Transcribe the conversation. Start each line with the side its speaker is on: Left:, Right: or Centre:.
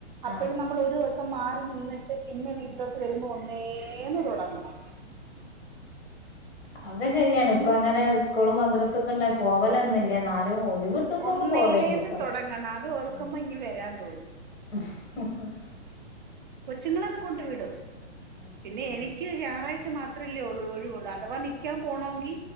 Right: അപ്പഴും
Left: ആഹ്
Right: നമ്മളൊരു ദ്വസം മാറി നിന്നിട്ട് പിന്നെ വീട്ടിലോട്ടുവരുമ്പൊ ഒന്നേന്നു തൊടങ്ങണം.
Left: അ ഒക്കെ ശര്യാണ്
Right: ഒ
Left: പ്പങ്ങനെ സ് കൂളും മദ്രസ്സൊക്കെണ്ടായി പോവലെന്നല്ല ന്നാലും ഒഴിവ് കിട്ടുമ്പോക്കെ
Right: ഒന്നേന്ന്
Left: പോവേണ്ട് ട്ടോ
Right: തൊടങ്ങണം അതോർക്കുമ്പ
Left: ഉം
Right: ഇങ്ങ് വരാ തോന്നും.
Left: <inaudible>
Right: കൊച്ചുങ്ങളെയന്ന് കൊണ്ടുവിടും
Left: ഉം
Right: പിന്നെ
Left: ഉം
Right: എനിക്ക്. ക്ക് രു ഞാറാഴ്ച മാത്രല്ലേ ഒഴ് ഒഴിവുള്ളൂ അഥവാ നിക്ക്യാ പോണോങ്കി